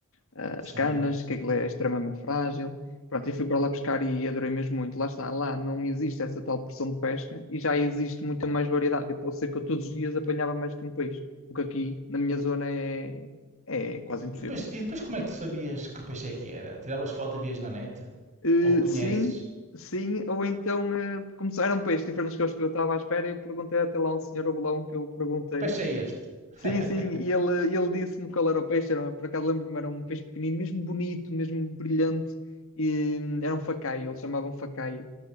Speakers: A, on the left (about 65°); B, on the right (about 35°).
A: ah,
B: sim.
A: as canas, que aquilo é extremamente frágil. Pronto, eu fui para lá pescar e adorei mesmo muito. Lá está, lá não existe essa tal pressão de pesca e já existe muita mais variedade. Eu posso ser que eu todos os dias apanhava mais que um peixe, o que aqui na minha zona é, é quase impossível.
B: E depois, e depois como é que tu sabias que peixe é que era? Tiravas foto e vias na net?
A: Eh,
B: Ou conheces?
A: sim, sim, ou então eh, começaram peixes diferentes que os que eu estava à espera e eu perguntei até lá a um senhor, houve lá um que eu perguntei
B: Peixe é este?
A: Sim,
B: <laughs>
A: sim, e ele, ele disse-me qual era o peixe, era, um, por acaso lembro-me, era um peixe pequenino, mesmo bonito, mesmo brilhante, e hum, era um facaio, eles chamavam facaio.